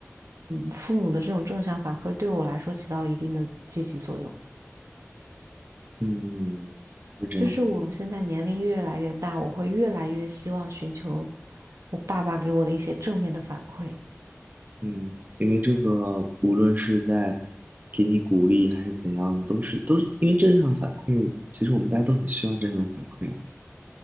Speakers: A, on the right; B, on the right.
A: 嗯，父母的这种正向反馈对我来说起到了一定的积极作用。
B: 嗯，是这样，
A: 就是我现在年龄越来越大，我会越来越希望寻求我爸爸给我的一些正面的反馈。
B: 嗯，因为这个无论是在给你鼓励还是怎样，都是都是因为正向的反馈，其实我们大家都很需要正向的反馈啊。